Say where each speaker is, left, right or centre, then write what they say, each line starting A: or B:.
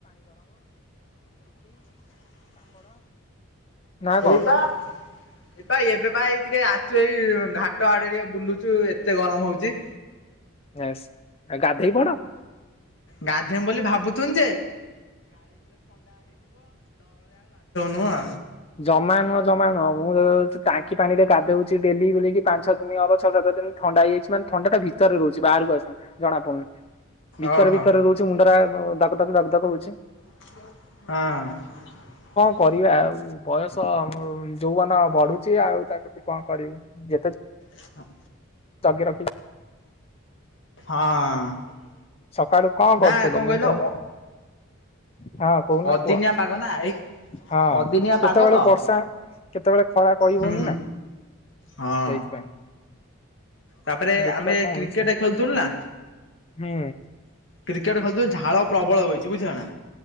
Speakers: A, on the left; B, on the left.
A: ନା କଣ
B: ଏଇ ତ ଏଇ ତ ଏବେ ଭାଇ ଟିକେ ଆସଚୁ ଏଇ ଘାଟ ଆଡେ ଟ ବୁଲୁଚୁ ଏତେ ଗରମ ହଉଛି
A: ଆଉ ଗାଧେଇ ପଡ
B: ଗାଧେଇମି ବୋଲି ଭାବୁଥିନି ଯେ ନୂଆ
A: ଜମା ନୁହଁ ଜମା ନୁହଁ ମୁଁ ଟାଙ୍କି ପାଣି ରେ ଗାଧଉଛି ଡେଲି ବୁଲିକି ପାଞ୍ଚ ଅ ଦିନ ହବ ଛଅ ସାତ ଦିନ ଥଣ୍ଡା ହେଇଯାଇଛି ମାନେ ଥଣ୍ଡାଟା ଭିତରେ ରହୁଛି ବାହାରକୁ ଆସୁ ଜଣା ପଡୁନି ଭିତରେ
B: ଓହୋ।
A: ଭିତରେ ରହୁଛି ମୁଣ୍ଡା ଡାକ ତାକୁ ଦାକ କ ହଉଛି।
B: ହଁ।
A: କରିବାଉ ବୟସ ଯୋଉବନ ବଢୁଛି ଆଉ ତାକୁ ତୁ କଣ କରିବୁ ଯେତେ
B: ହଁ।
A: ଚା ରଖେ
B: ହଁ।
A: ସକାଳୁ କଣ
B: ନା
A: କରୁଥିଲୁ
B: କହିଲ
A: ମୁଁ ତ
B: ଅ
A: ହଁ କହୁନା
B: ଅଦିନିଆ
A: କୁହ
B: ପାଗ ନା ଏଇ
A: ହଁ
B: ଅଦିନିଆ ପାଗ
A: କେତେବେଳେ
B: ତ
A: ବର୍ଷା କେତେବେଳେ ଖରା କହିବଉନି
B: ହୁଁ
A: ନା ସେଇଥିପାଇଁ
B: ହଁ ତାପରେ
A: ଦେଖିବା
B: ଆମେ
A: କଣ
B: କ୍ରିକେଟ
A: ହଉଛି
B: ଖେଳୁଥିଲୁ ନା
A: ହୁଁ।
B: କ୍ରିକେଟ ଖେଳଥିଲ ଝାଳ ପ୍ରବଳ ହୋଇଇଛି ବୁଝିଲା ନା